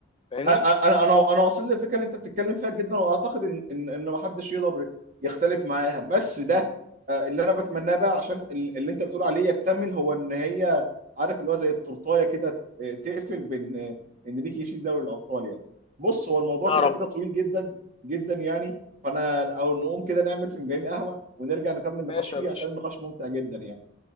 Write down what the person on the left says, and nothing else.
فاهمني
يا
رب
ماشي
يا باشا